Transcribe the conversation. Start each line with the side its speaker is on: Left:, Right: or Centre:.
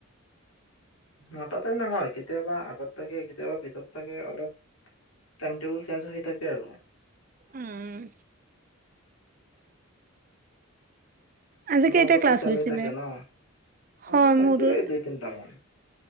Left: নটাতে নহয় কেতিয়াবা আগত থাকে কেতিয়াবা পিছত থাকে অলপ টাইম টেবুল চেঞ্জ হৈ থাকে আৰু
Right: উম আজি
Left: তোমালোকৰতো
Right: কেইটা ক্লাছ
Left: চেম
Right: হৈছিলে
Left: হৈ থাকে ন আজি
Right: হয়
Left: হৈছিলে
Right: মোৰে
Left: দুই তিনটা মান